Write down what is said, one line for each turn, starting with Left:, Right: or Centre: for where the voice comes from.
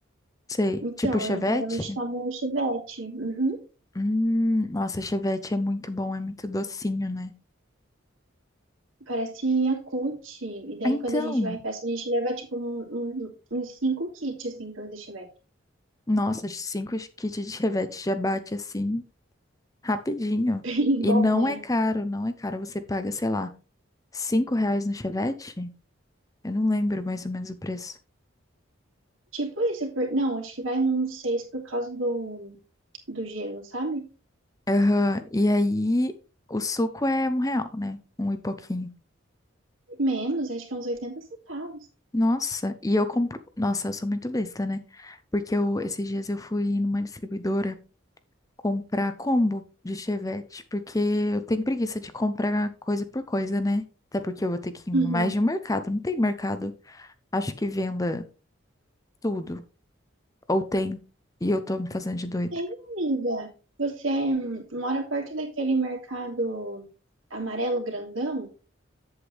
Left: Sei.
Right: Então,
Left: Tipo chevette?
Right: eu geralmente tomo chivete. Uhum.
Left: Hum, nossa, chevette é muito bom, é muito docinho, né?
Right: Parece Yakult. E daí,
Left: Ah, Então,
Right: quando a gente vai em festa, a gente leva, tipo, um- um- uns cinco kits, assim, pra fazer chivete.
Left: nossa, cinco kits de chevette já bate assim rapidinho.
Right: <laughs> Bem
Left: E
Right: bom,
Left: não
Right: né?
Left: é caro, não é caro. Você paga, sei lá, cinco reais no chevette? Eu não lembro mais ou menos o preço.
Right: <laughs> Tipo isso. Por... Não, acho que vai uns seis por causa do, do gelo, sabe?
Left: Aham. E aí, o suco é um real, né? Um e pouquinho.
Right: Menos, acho que é uns oitenta centavos.
Left: Nossa, e eu compro. Nossa, eu sou muito besta, né? Porque eu, esses dias eu fui numa distribuidora. comprar combo de chevette, porque eu tenho preguiça de comprar coisa por coisa, né? Até porque eu vou ter que ir em
Right: Uhum.
Left: mais de um mercado. Não tem mercado, acho que venda tudo. Ou tem. E eu tô me fazendo de doida.
Right: Tem, amiga. Você hum, mora perto daquele mercado amarelo grandão?